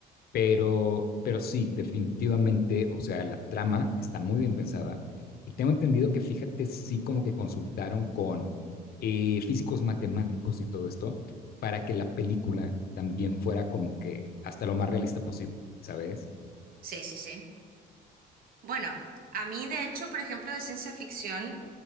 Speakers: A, on the left; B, on the right.
A: Pero, pero sí, definitivamente, o sea, la trama está muy bien pensada. Y tengo entendido que, fíjate, sí como que consultaron con eh, físicos matemáticos y todo esto para que la película también fuera como que hasta lo más realista posible, ¿sabes?
B: Sí, sí, sí. Bueno, a mí de hecho, por ejemplo, de ciencia ficción,